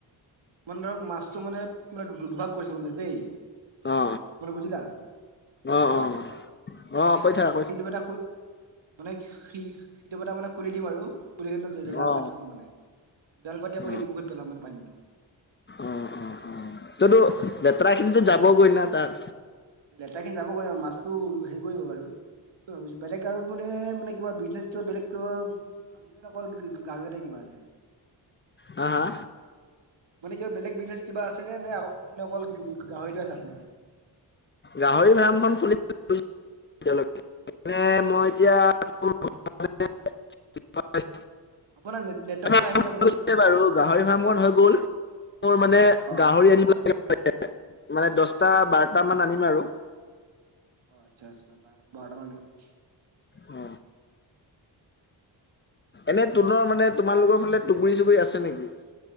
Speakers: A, on the right; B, on the left.
A: মানে ধৰক মাছটো মানে তে দু দু দুভাগ কৰিছে মানে দেই।
B: অ
A: মানে বুজিলা
B: অ
A: হেল্ল'
B: অ অ
A: মানে
B: কৈ থাকা কৈ
A: সিটোপ এটা খোল মানে সিটোপ এটা মানে খুলি দিম আৰু। <unintelligible>
B: থাকা।
A: জাল
B: অ
A: পাতি দিম মানে জাল পাতি আকৌ
B: অ
A: ইটো পুখুৰীত পেলাম মানে পানীটো।
B: অ অ অ ততো লেতেৰাখিনিটো যাবগৈ না তাত।
A: লেতেৰাখিনি যাব গৈ মাছটো হেৰি কৰিব বাৰু বেলেগ আৰু মানে মানে কিবা বিজনেছ কিবা বেলেগ কিবা ভাবিলে হে অকল গ গ গাহৰি এটাই কিবা আছে।
B: হা হা
A: মানে কিবা বেলেগ বিজনেচ কিবা আছে নে, নে অকল গা গা গাহৰিটোৱে আছে আপোনাৰ।
B: গাহৰি ফাৰ্মখন খুলিম বুলি ভাবিছো। <unintelligible> মানে মই এতিয়া <unintelligible>
A: <inaudible> আপোনাৰ নে নে নেটৱৰ্কটো
B: <unintelligible>
A: নেট নাই নেকি আপোনাৰ
B: বাৰু গাহৰি ফাৰ্মখন হৈ গ'ল মোৰ মানে
A: অ
B: গাহৰি আনিব লাগে মানে দশটা বাৰটামান আনিম আৰু।
A: অ আচ্ছা আচ্ছা। বাৰটা মান আনিবা।
B: অ এনে তোনৰ মানে তোমালোকৰ ফালে টুগুৰি-চুগুৰি আছে নেকি?